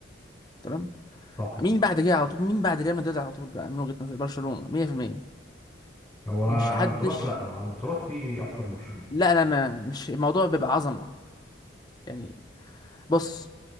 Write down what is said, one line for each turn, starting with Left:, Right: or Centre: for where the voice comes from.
Left: تمام
Centre: صح
Left: مين بعد كده على طول مين بعد ريال مدريد على طول بقى من وجهة نظري برشلونة 100%
Centre: هو على
Left: مش حدش
Centre: البطولات لا هو على البطولات في اكتر من برشلونة
Left: لا انا ما مش الموضوع بيبقى عظمة يعني بص